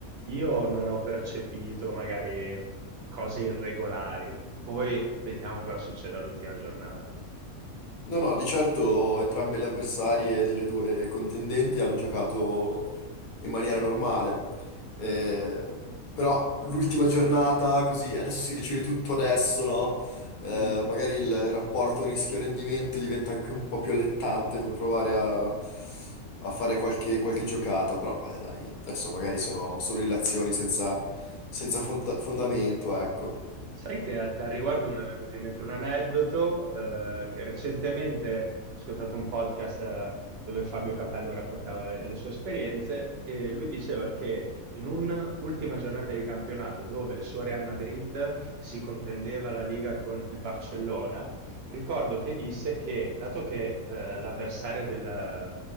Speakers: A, on the right; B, on the left.
A: io non ho percepito magari cose irregolari. Poi vediamo cosa succede all'ultima giornata.
B: No, no, di certo entrambe le avversarie delle due contendenti hanno giocato in maniera normale. Eh,
A: Mm.
B: però l'ultima giornata, così, adesso si decide tutto adesso, no? Eh,
A: Mm.
B: magari il rapporto rischio-rendimento diventa anche un po' più allettante per provare a, a fare qualche, qualche giocata. Però, beh, dai, adesso magari sono, sono illazioni senza, senza fonta- fondamento, ecco.
A: Sai che a tal riguardo mi è venuto in mente un aneddoto, eh, che recentemente ho ascoltato un podcast eh, dove Fabio Capello raccontava le, le sue esperienze e lui diceva che in un'ultima giornata di campionato dove il suo Real Madrid si contendeva la Liga con il Barcellona, ricordo che disse che dato che eh, l'avversario della-